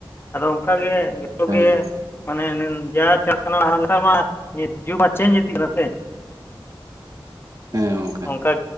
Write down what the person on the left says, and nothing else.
ᱟᱫᱚ ᱚᱝᱠᱟ ᱜᱮ ᱛᱚᱜᱮ
ᱢᱟᱱᱮᱱ ᱡᱟ ᱪᱟᱞᱟᱜ ᱠᱟᱱᱟ ᱦᱟᱸᱰᱮ ᱢᱟ ᱡᱩᱜᱽ ᱢᱟ ᱪᱮᱧᱡᱽ ᱤᱫᱤᱜ ᱠᱟᱱᱟ ᱥᱮ
ᱠᱟᱡ